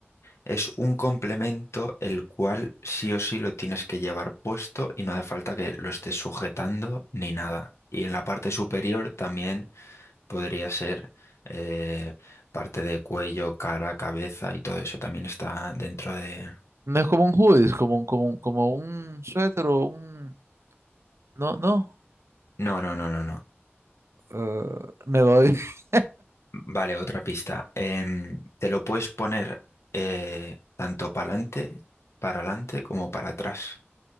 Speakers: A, on the left; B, on the right.
A: es un complemento el cual sí o sí lo tienes que llevar puesto y no hace falta que lo estés sujetando ni nada. Y en la parte superior también Podría ser eh, parte de cuello, cara, cabeza y todo eso también está dentro de...
B: No es como un hoodie, es como un, como un, como un suéter o un... No, no.
A: No, no, no, no, no.
B: eh, me doy. <laughs>
A: Vale, otra pista. Em, te lo puedes poner eh, tanto para adelante, para adelante como para atrás.